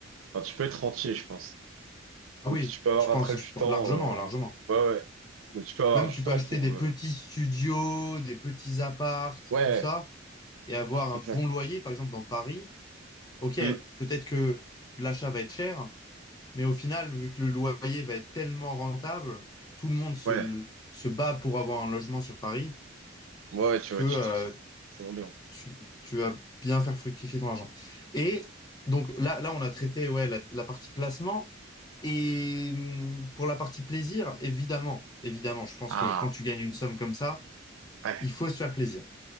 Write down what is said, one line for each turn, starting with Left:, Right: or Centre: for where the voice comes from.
Right: Enfin, tu peux être entier, je pense.
Left: Ah
Right: Donc,
Left: oui,
Right: tu peux avoir
Left: je pense,
Right: après du
Left: je-
Right: temps.
Left: largement,
Right: euh,
Left: largement.
Right: Ouais, ouais. Donc, tu peux avoir
Left: Même,
Right: du
Left: tu
Right: temps
Left: peux acheter
Right: pour.
Left: des
Right: euh,
Left: petits studios, des petits apparts,
Right: Ouais,
Left: tout ça, et avoir
Right: exact.
Left: un bon loyer, par exemple, dans Paris. Ok,
Right: Hmm,
Left: peut-être que l'achat va être cher, Mais au final, vu que le loyer va être tellement rentable, tout le monde se,
Right: Ouais,
Left: se bat pour avoir un logement sur Paris
Right: ouais, ouais, tu
Left: que
Right: vois,
Left: euh,
Right: tu... c'est vraiment bien.
Left: tu, tu vas bien faire fructifier ton argent. Et donc là, là on a traité ouais, la, la partie placement. Et hum, pour la partie plaisir, évidemment, évidemment, je pense
Right: Ah,
Left: que quand tu gagnes une somme comme ça,
Right: ouais,
Left: il faut se faire plaisir.